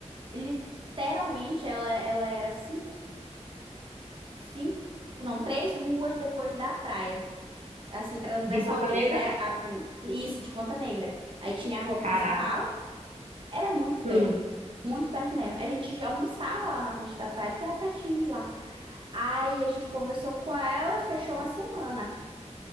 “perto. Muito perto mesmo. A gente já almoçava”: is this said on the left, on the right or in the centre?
Right